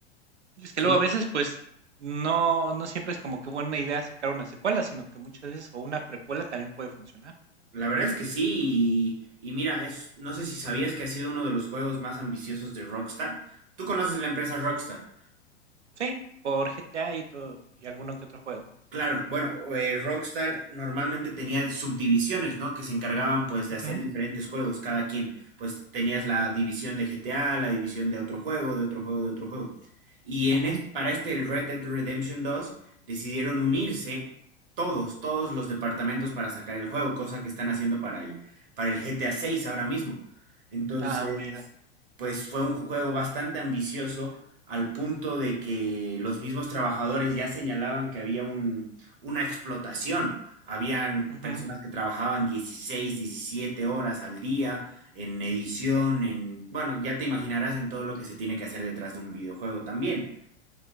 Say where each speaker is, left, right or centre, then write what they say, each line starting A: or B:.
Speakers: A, on the right; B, on the right.
A: Es que
B: Sí,
A: luego a veces, pues, no, no siempre es como que buena idea sacar una secuela, sino que muchas veces, o una precuela también puede funcionar.
B: la verdad es que sí, y, y mira, es, no sé si sabías que ha sido uno de los juegos más ambiciosos de Rockstar. Tú conoces la empresa Rockstar.
A: ¿no? Sí, por G T A y todo, y alguno que otro juego.
B: Claro, bueno, eh, Rockstar normalmente tenía subdivisiones, ¿no? Que se encargaban pues de
A: Ujú,
B: hacer diferentes juegos, cada quien. Pues tenías la división de GTA, la división de otro juego, de otro juego, de otro juego. Y en
A: ujú.
B: es- para este el Red Dead Redemption 2 decidieron unirse todos, todos los departamentos para sacar el juego, cosa que están haciendo para el, para el GTA 6 ahora mismo. Entonces,
A: Ah, mira.
B: pues fue un juego bastante ambicioso al punto de que los mismos trabajadores ya señalaban que había un- una explotación. Habían
A: Ujú.
B: personas que trabajaban 16 17 horas al día en edición, en... Bueno, ya te imaginarás en todo lo que se tiene que hacer detrás de un videojuego también.